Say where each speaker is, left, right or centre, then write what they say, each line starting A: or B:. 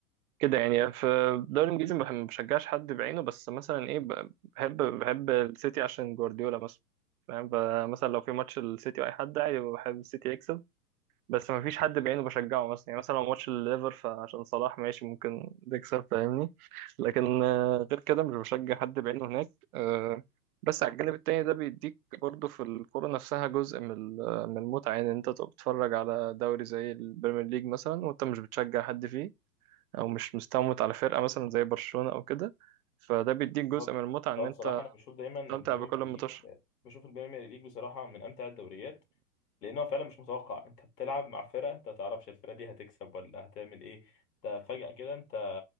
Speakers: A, on the right (about 65°); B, on the left (about 80°).
A: كده يعني في الدوري الإنجليزي ما بح- ما بشجعش حد بعينه بس مثلا إيه ب- بحب بحب السيتي عشان جوارديولا مثلا فاهم ب- مثلا لو في ماتش السيتي وأي حد عادي بحب السيتي يكسب بس ما فيش حد بعينه بشجعه مثلا يعني مثلا لو ماتش الليفر فعشان صلاح ماشي ممكن تكسب فاهمني لكن آه، غير كده مش بشجع حد بعينه هناك آه، بس على الجانب التاني ده بيديك برضه في الكورة نفسها جزء من ال- من المتعة يعني انت تبقى بتتفرج على دوري زي البريمير ليج مثلا وانت مش بتشجع حد فيه او مش مستموت على فرقة مثلا زي برشلونة او كده فده بيديك جزء
B: هو
A: من المتعة ان
B: هو
A: انت
B: بصراحة أنا بشوف دايما إن
A: تستمتع
B: البريمير
A: بكل
B: ليج
A: متوشة
B: بشوف البريمير ليج بصراحة من أمتع الدوريات لأن هو فعلا مش متوقع أنت بتلعب مع فرقة أنت ما تعرفش الفرقة دي هتكسب ولا هتعمل إيه أنت فجأة كده أنت